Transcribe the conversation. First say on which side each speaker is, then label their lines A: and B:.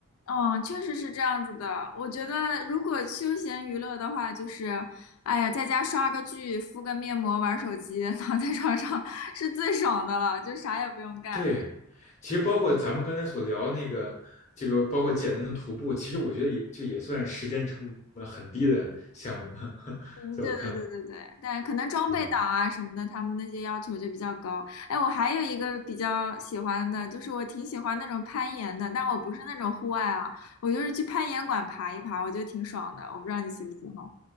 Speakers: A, on the left (about 75°); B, on the left (about 30°).
A: 哦，确实是这样子的。我觉得如果休闲娱乐的话，就是，哎呀，在家刷个剧、敷个面膜、玩手机，躺在床上 <laughs> 是最爽的了，就啥也不用干。
B: 对，其实包括咱们刚才所聊那个，这个包括简单的徒步，其实我觉得也就也算时间成本很低的项目了，<laughs>
A: 嗯，
B: 在我看来，
A: 对对对对对，但可能装备党啊什么的，
B: 嗯，
A: 他们那些要求就比较高。哎，我还有一个比较喜欢的，就是我挺喜欢那种攀岩的，但我不是那种户外啊，我就是去攀岩馆爬一爬，我觉得挺爽的。我不知道你喜不喜欢。